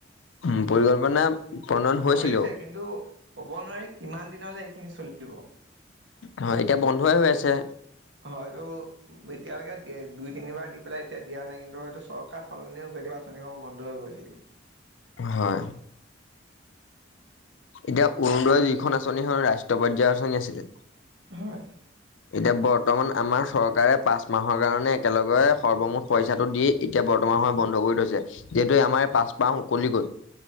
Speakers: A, on the left; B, on the right.
A: উ পৰিকল্পনা প্ৰণয়ন হৈছিলেও।
B: কৰিছে কিন্তু ক'ব নোৱাৰি কিমান দিনলৈ এইখিনি চলিব।
A: হয় এতিয়া বন্ধয়ে হৈ আছে।
B: হয়টো এতিয়ালৈকে দ দুই তিনিবাৰ দি পেলাই এতিয়া দিয়া নাই কিন্তু হয়তো চৰকাৰ সলনিও কেতিয়াবা আঁচনিসমূহন্ধ হৈ গছে। থাকিব।
A: হয়। এতিয়া অৰুণোদই যিখন আচনি হয় ৰাষ্ট্ৰীয় পৰ্য্যায়ৰ আচনি আছিলে।
B: হয়
A: এতিয়া বৰ্ত মান আমাৰ চৰকাৰে পাঁচ মাহৰ কাৰণে একেলগে সৰ্বমুঠ পইচাটো দি এতিয়া বৰ্তমান সময় বন্ধ কৰি কৰি থৈছে। যিহেতু এই আমাৰ পাঁচমাহ উকলি গ'ল।